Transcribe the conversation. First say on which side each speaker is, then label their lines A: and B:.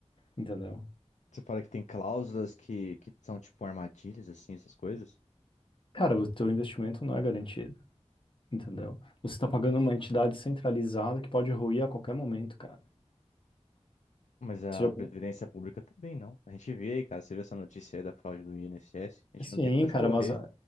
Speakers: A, on the left; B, on the left.
A: entendeu?
B: Você fala que tem cláusulas que, que são tipo armadilhas, assim, essas coisas,
A: Cara, o teu investimento não é garantido, entendeu? Você está pagando uma entidade centralizada que pode ruir a qualquer momento, cara.
B: mas a
A: Você já
B: previdência pública também não. A gente vê aí, cara, você vê essa notícia aí da fraude do INSS, a gente
A: Sim,
B: não tem pra onde
A: cara,
B: correr.
A: mas